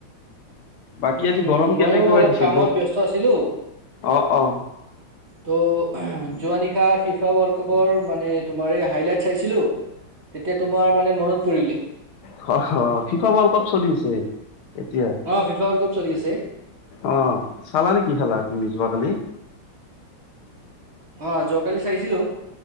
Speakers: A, on the left; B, on the right.
A: বাকী
B: উম,
A: আজি গৰম
B: ময়ো
A: কেনেকুৱা
B: অলপ
A: দিছে
B: কামত
A: ব
B: ব্যস্ত আছিলোঁ।
A: অ অ
B: ত' যোৱা নিশা ফিফা ৱৰ্ল্ড কাপৰ মানে তোমাৰ এই হাইলাইট চাইছিলোঁ তেতিয়া তোমাৰ মানে মনত পৰিলে।
A: হ', হ', ফিফা ৱৰ্ল্ড কাপ চলি আছে এতিয়া।
B: অ ফিফা ৱৰ্ল্ড কাপ চলি আছে
A: অ', চালা নে কি খেলা তুমি যোৱাকালি।
B: অ', যোৱাকালি চাইছিলোঁ।